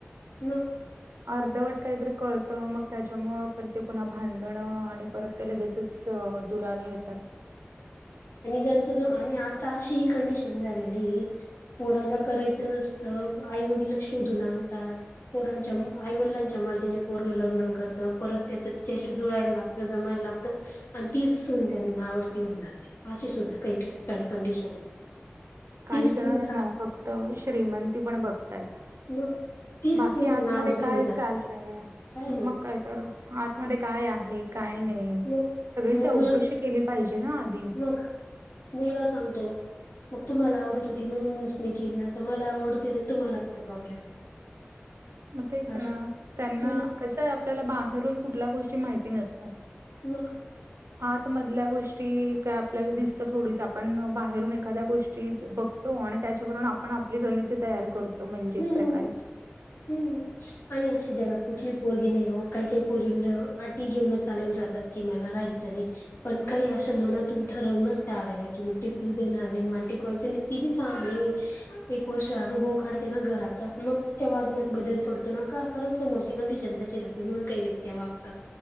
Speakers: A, on the left (about 75°); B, on the right (about 85°).
A: <inaudible>
B: अर्धवट काहीतरी कळतं मग त्याच्यामुंळ पण ते पुन्हा भांडणं आणि परत. तर लगेचच दुरावे येतात.
A: आणि त्यांच आता ही कंडशन. झालीलाला करायचं नसतं आईवडला शोधून आणतात. पोरांच्या आईवडिलांच्या मर्जीने पोरग लग्न करतं परत त्याचं तिच्याशी जुळाायला लागतं जमायला लागतं. आणि तीच सून त्यांना आवडती होऊन जाते अशी सुद्धा काहीाणी कंडिशन.
B: काही
A: तीच सून
B: जणना
A: सास
B: फक्त श्रीमंती पण बघतायत.
A: मग तीच
B: बाकी
A: सून
B: आतमध्ये
A: आवडती
B: काय
A: होऊन जाते
B: चालय
A: काही
B: मग
A: नाही
B: काय.. तर आतमध्ये काय आहे काय नाही
A: मग
B: सगळी चौकशी
A: मग मुल
B: केली पाहिजे ना आधी..
A: मग मुलगा सांगतो. मग तुम्हाला आवडत होती म्हणूनच मी केली आता मला आवडते तर तुम्हाला काय प्रॉब्लेम.
B: म तेच
A: असं
B: ना त्यांना..
A: म्हणजे
B: कसं आहे आपल्याला बाहेरून कुठल्या गोष्टी माहिती नसतात.
A: मग.
B: आतमधल्या गोष्टी काय आपल्याला दिसता थोडीच आपण बाहेरून एखाद्या गोष्टी बघ तो आणि त्याच्यावरून आपण आपली गणिती तयार करतो म्हणजे
A: हम्म
B: एक प्रकारे
A: हम्म. आणि अशी जगात कुठली पोरगी नाही हो काही काही पोरी आटी घेऊनच आलेल्या राहतात. कि मला राहायचं नाही. पण काही अशा मनातून ठरवूनच त्या आलेलं आहे की मी टिकूच देणार नाही मला टिकवायच नाही ती बी सां... एक वर्ष अनुभव काढते ना घराचा मग... तच्या वागण्यात बदल पडतो नका कारण समोरची गंडीशताचेि राहते म्हणून काही व्यक्ती्या वागतात.